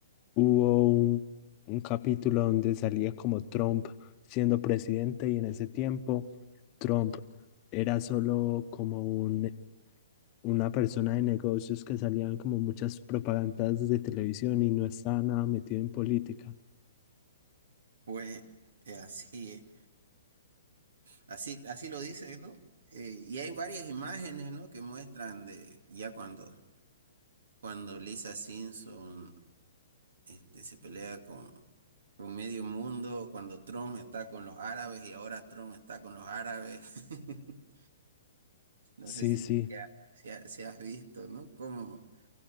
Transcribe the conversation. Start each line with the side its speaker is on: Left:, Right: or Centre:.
Left: hubo un, un capítulo donde salía como Trump siendo presidente y en ese tiempo Trump era solo como un, una persona de negocios que salían como muchas propagandas de televisión y no estaba nada metido en política.
Right: Pues eh, así. es. Así, así lo dice, ¿no? Eh, y hay varias imágenes, ¿no? Que muestran de ya cuando, cuando Lisa Simpson este, se pelea con, con medio mundo, cuando Trump está con los árabes y ahora Trump está con los árabes. <laughs> No
Left: Sí,
Right: sé si,
Left: sí,
Right: te ha- si, ha- si has visto, ¿no? Como